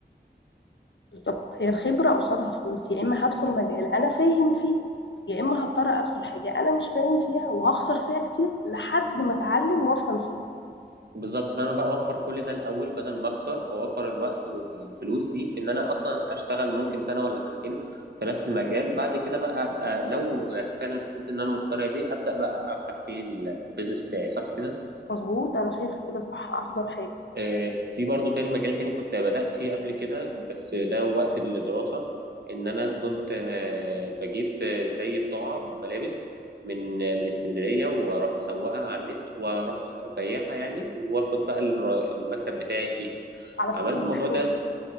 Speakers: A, on the left; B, on the right.
A: بالظبط هي الخبرة قصادها فلوس يا اما هدخل مجال انا فاهم فيه يا اما هضطر ادخل حاجة انا مش فاهم فيها وهخسر فيها كتير لحد ما اتعلم وافهم فيها
B: بالظبط فانا بقى اوفر كل ده الاول بدل ما اخسر واوفر الوقت والفلوس دي في ان انا اصلا اشتغل ممكن سنه ولا سنتين في نفس المجال بعد كده بقى آه، لو فعلا حسيت ان انا مقتنع بيه ابدا بقى افتح فيه البيزنس بتاعي صح كده
A: مظبوط انا شايفه كده صح افضل حاجه
B: آه، في برضو تاني مجال تاني كنت بدأت فيه قبل كده بس ده وقت الدراسة إن أنا كنت آه، بجيب آه، زي بضاعة ملابس من آه، من اسكندرية وأروح مسوقها على النت وأروح بيعها يعني وآخد بقى المر- المكسب بتاعي فيها
A: على فكره
B: عملت الموضوع
A: دي حلوه
B: ده
A: جدا